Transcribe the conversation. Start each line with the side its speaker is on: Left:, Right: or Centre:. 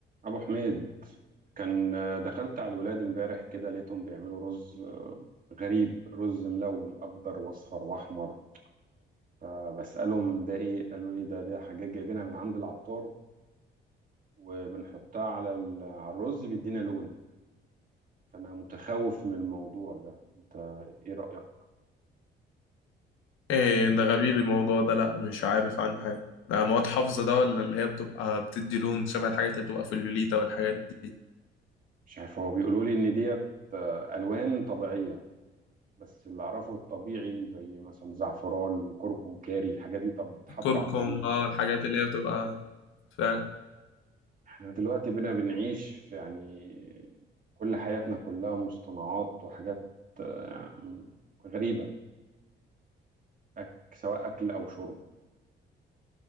Right: ابو حميد كان آه، دخلت على الولاد امبارح كده لقيتهم بيعملوا رز آه، غريب رز ملون اخضر واصفر واحمر فبسالهم ده ايه قالوا لي ده ده حاجات جايبينها من عند العطار وبنحطها على ال- على الرز بيدينا لون فانا متخوف من الموضوع ده انت ايه رايك
Left: ايه ده غريب الموضوع ده لا مش عارف عنه حاجة ده مواد حافظة ده ولا اللي هي بتبقى بتدي لون شبه الحاجات اللي بتبقى في اللوليتا والحاجات دي
Right: مش عارف هو بيقولوا لي ان ديت آه، الوان طبيعيه بس اللي اعرفه الطبيعي زي مثلا زعفران كركم كاري الحاجات دي طب بتحط
Left: الكركم
Right: على الطبيخ
Left: اه الحاجات اللي هي بتبقى فعلا
Right: احنا دلوقتي بقينا بنعيش في يعني كل حياتنا كلها مصطنعات وحاجات آه، غريبة أك سواء أكل أو شرب